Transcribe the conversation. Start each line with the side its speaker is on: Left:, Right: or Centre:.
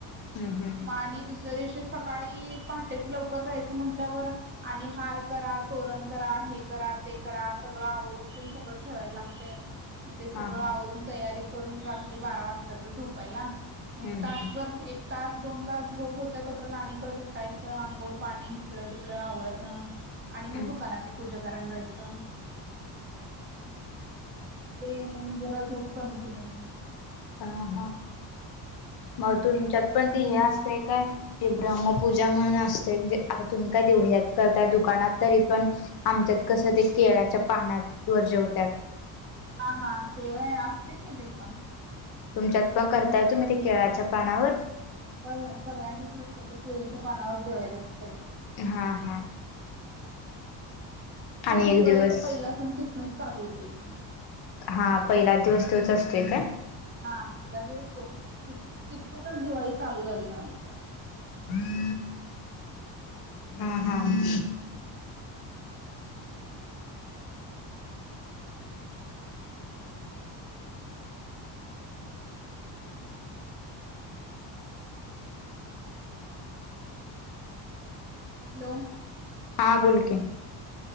Left: हम्म हम्म
Right: मा आणि दुसऱ्या दिवशी सकाळी पहाटेच लवकर जायचं म्हटल्यावर आणि हार करा तोरण करा हे करा. ते करा सगळं आवरून तन सगळं ठेवायला लागतंय मग ते सगळं
Left: हा हा
Right: आवरून तयारी करून रात्री बारा वाजत्यातच झोपायला
Left: हम्म
Right: म
Left: हम्म
Right: तासभर एक तास दोन तास झोप होत तोपर्यंत आणि परत उठायचं आंघोळ पाणी इिकडं तिकडं आवरणं आणि मग
Left: हम्म
Right: दुकानातली पूजा करायला जायचं ते म्हण जरा धूप कमी त
Left: ह हा मग तुमच्यात पण त हे असते काय की ब्रह्मपूजा म्हणून असते म्हणजे आता तुम्ही काय दिऊय दुकानात तरी पण आमच्यात कस ते केळच्या पाना वजेवतात
Right: हा हा तेव्हा असते कि ते पण
Left: तुमच्यात पण करताय तुम्ही ते केळाच्या पानावर
Right: होय होय सगळ्यांच्या असते ते केळीच्या पानावर जेवायेत असते
Left: हा हा
Right: नाही
Left: आणि
Right: दिवाळीचा
Left: एक दिवस
Right: पहिला सण तिथनच चालू होतोय त
Left: हा पहिलाच दिवस तेच असतय काय
Right: हा पहिला दिवस तोच असत तिथूनच दिवाळी चालू झाली म्हणायचं
Left: हम्म
Right: <inaudible>
Left: हा हा ह
Right: हम्म मर हम्म हॅलो
Left: हां बोलक